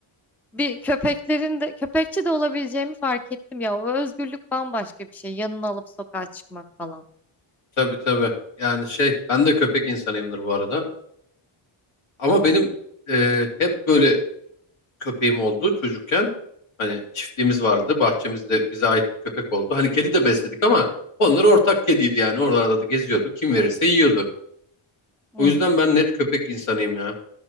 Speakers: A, in the centre; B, on the left.
A: Bir köpeklerin de köpekçi de olabileceğimi fark ettim ya o özgürlük bambaşka bir şey yanına alıp sokağa çıkmak falan.
B: Tabii tabii. Yani şey ben de köpek insanıyımdır bu arada. Ama benim e, hep böyle köpeğim oldu çocukken. Hani çiftliğimiz vardı. Bahçemizde bize ait bir köpek oldu. Hani kedi de besledik ama onlar ortak kediydi yani. Oralarda da geziyordu. Kim verirse yiyordu.
A: Hı.
B: O yüzden ben net köpek insanıyım ya.